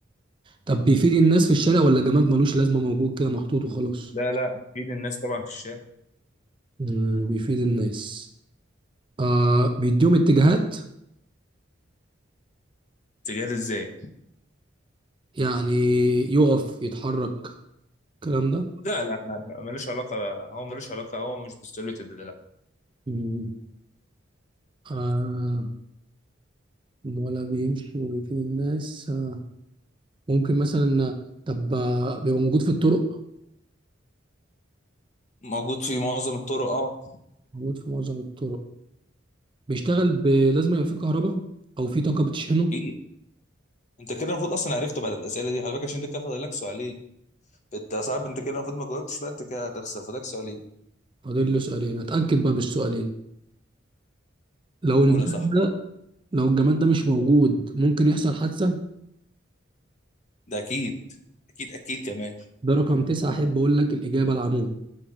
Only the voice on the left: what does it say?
لا لا اكيد الناس طبعا في الشارع
تجاري ازاي
لا لا لا لا، ملوش علاقه هو ملوش علاقه هو مش بالسوليت ده لا
موجود في معظم الطرق اه
اكيد انت كده المفروض اصلا عرفته بعد الاسئله دي خلي بالك عشان انت كده فاضل لك سؤالين انت صعب انت كده المفروض ما جاوبتش بقى انت كده هتخسر فاضلك سؤالين
قول
يا صاحبي
ده اكيد اكيد اكيد كمان